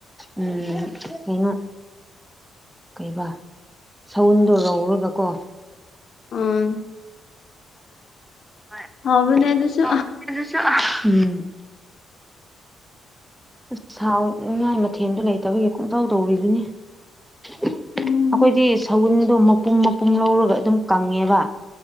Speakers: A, in the centre; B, on the left.
A: ꯎꯝ ꯀꯩꯅꯣ ꯀꯩꯕꯥ ꯁꯎꯟꯗꯣ ꯂꯧꯔꯒ ꯀꯣ
B: ꯑꯥ
A: ꯍꫭꯏ
B: ꯍꯥꯎꯕꯅꯦ ꯑꯗꯨꯁꯨ
A: ꯍꯥꯎꯚꯅꯤ ꯗꯨꯁꯨ ꯎꯝ ꯑꯁ ꯍꯥꯎꯅꯤꯡꯉꯥꯏ ꯃꯊꯦꯜꯗꯨ ꯂꯩꯇꯕꯒꯤ ꯄꯨꯡꯇꯧ ꯇꯧꯔꯤꯗꯨꯅꯤ ꯑꯩꯈꯣꯏꯗꯤ
B: ꯎꯝ
A: ꯁꯎꯟꯗꯣ ꯃꯄꯨꯝ ꯃꯄꯨꯝ ꯂꯧꯔꯒ ꯑꯗꯨꯝ ꯀꯪꯉꯦꯕ